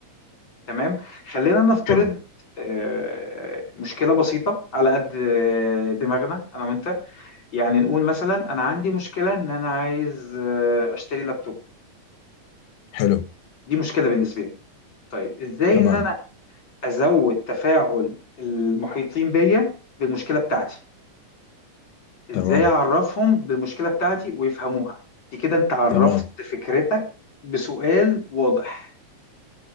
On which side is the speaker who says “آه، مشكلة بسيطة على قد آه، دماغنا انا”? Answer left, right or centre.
Left